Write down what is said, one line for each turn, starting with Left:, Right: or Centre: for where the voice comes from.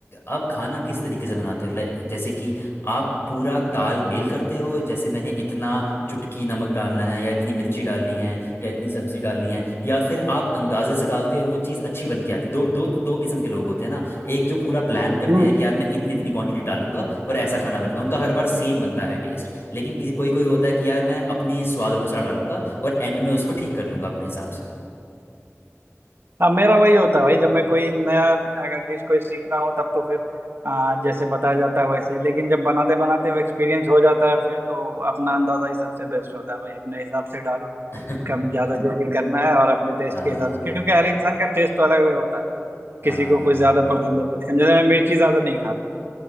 Left: आप खाना किस तरीके से बनाते हो लाइक जैसे कि आप पूरा ताल मेल करते हो जैसे मैंने इतना चुटकी नमक डालना है या इतनी मिर्ची डालनी है या इतनी सब्जी डालनी है या फिर आप अंदाजे से डालते हो और वो चीज़ अच्छी बन के आती है दो दो दो किस्म के लोग होते हैं ना एक जो पूरा प्लान करते
Right: हम्म
Left: हैं कि यार मैं इतनी इतनी क्वांटिटी डालूंगा और ऐसा खाना बनेगा उनका हर बार सेम बनता है टेस्ट लेकिन किसी कोई कोई होता है कि यार मैं अपने स्वाद अनुसार डालूंगा और एंड में उसको ठीक कर लूंगा अपने हिसाब से
Right: हाँ मेरा वही होता है भाई जब मैं कोई नया अगर डिश कोई सीख रहा हूँ तब तो फिर आ, जैसे बताया जाता है वैसे लेकिन जब बनाते बनाते वो एक्सपीरियंस हो जाता है फिर तो अपना अंदाजा ही सबसे बेस्ट होता है भाई अपने हिसाब से डालो
Left: <laughs>
Right: कम ज्यादा जो भी करना है और अपने टेस्ट
Left: आ,
Right: के हिसाब से क्योंकि हर इंसान का टेस्ट तो अलग अलग होता है ना
Left: आ,
Right: किसी को कुछ ज्यादा पसंद है कुछ कम जैसे मैं मिर्ची ज्यादा नहीं खाता